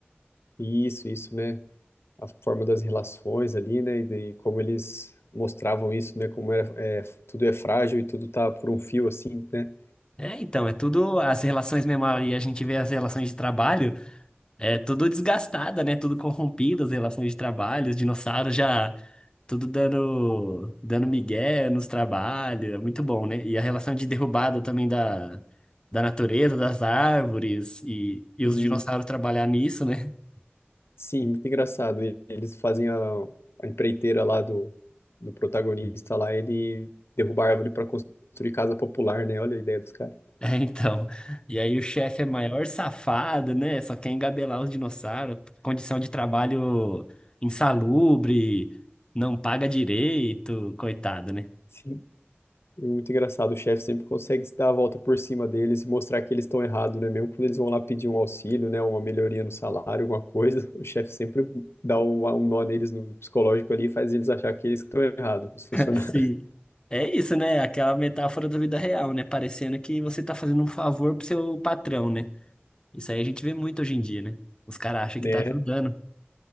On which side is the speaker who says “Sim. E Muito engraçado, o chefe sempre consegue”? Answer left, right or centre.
Left